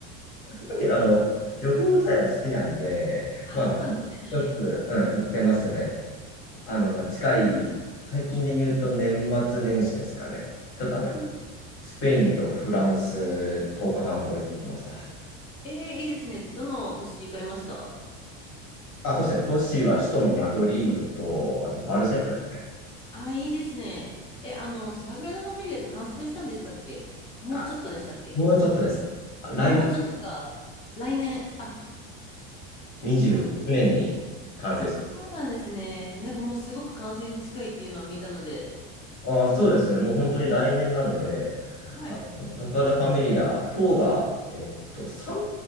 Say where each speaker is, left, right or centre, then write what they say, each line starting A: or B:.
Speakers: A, on the left (about 70°); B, on the left (about 15°).
A: だけど、あの、旅行自体は好きなんで、
B: あ、
A: まあ、
B: そうなんですね。
A: よく、
B: はい。
A: うん、行ってますね。あの、まあ、近い、最近で言うと年末年始ですかね。ちょっとあの、
B: うんうん
A: スペインとフランス10日間ほど行ってきました。
B: ええいいですね。どの年行かれました
A: あ、そうですね。都市は首都のマドリードと、あとバルセロナですね。
B: おう、あ、いいですね。え、あの、サグラダ・ファミリアって完成したんでしたっけもうちょっとでしたっけ
A: あ、もうちょっとです。来年
B: あ、もうちょっとか。来年。あ、
A: 26年に完成し
B: もう、あ、そうなんですね。なんかもうすごく完成に近いっていうのは見たので。
A: ああ、そうですね。もう本当に来年なので、
B: はい、
A: あの、サグラダ・ファミリア等が、えっと、三